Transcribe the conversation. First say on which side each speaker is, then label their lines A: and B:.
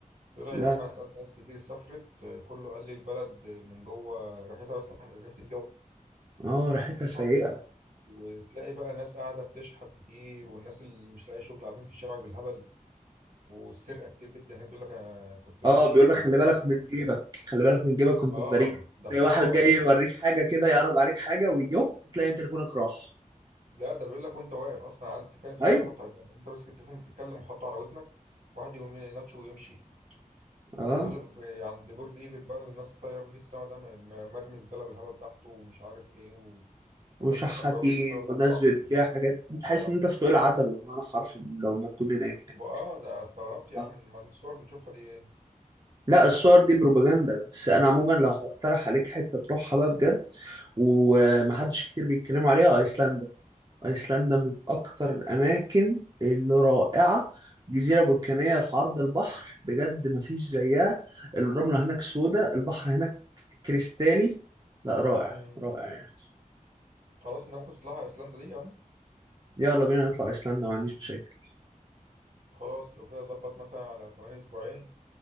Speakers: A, on the right; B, on the right.
A: طلع
B: لا
A: يا عم
B: لا
A: أنا سألت ناس كتير سافرت كله قال لي البلد من جوه ريحتها أصلا ريحة الجو
B: اه ريحتها
A: مش نظيفة
B: سيئة
A: وتلاقي بقى ناس قاعدة بتشحت كتير والناس اللي مش لاقي شغل قاعدين في الشارع بالهبل والسرقة كتير جدا هناك بيقول لك أنا كنت
B: اه
A: ماشي
B: بيقول
A: ومش
B: لك خلي بالك
A: عارف
B: من
A: إيه.
B: جيبك خلي بالك من جيبك وانت
A: آه
B: في باريس
A: ده
B: تلاقي
A: حقيقة
B: واحد
A: والله
B: جاي يوريك حاجه كده يعرض عليك حاجه ويوب تلاقي تليفونك راح
A: لا ده بيقول لك وأنت واقف أصلا قاعد بتتكلم في
B: ايوه
A: في محطة يعني أنت ماسك التليفون بتتكلم وحاطه على ودنك واحد يقوم يناتشه ويمشي وبيقول
B: اه
A: لك ب- عند برج إيفل بقى الناس طايرة بيه في السما ده م- م- مرمي زبالة بالهبل تحته ومش عارف إيه و... والناس
B: وشحاتين
A: أصلا بيقعدوا يبيعوا
B: والناس
A: تحته عاملين
B: بتبيع
A: له سوق
B: حاجات
A: وبتاع
B: بتحس ان انت في سوق العتبه بمعنى حرفي لو ما تكون هناك يعني
A: آه ده استغربت يا
B: آه.
A: عم من الصور بنشوفها دي
B: لا الصور دي بروباجندا بس انا عموما لو هقترح عليك حته تروحها بقى بجد ومحدش كتير بيتكلموا عليها ايسلندا أيسلندا من أكتر الأماكن اللي رائعة جزيرة بركانية في عرض البحر بجد مفيش زيها الرملة هناك سودة البحر هناك كريستالي لا رائع
A: إيه
B: رائع يعني
A: خلاص انت ممكن تطلعها ايسلندا دي يعني
B: يلا بينا نطلع أيسلندا ما عنديش مشاكل
A: خلاص لو كده ظبط مثلا على كمان اسبوعين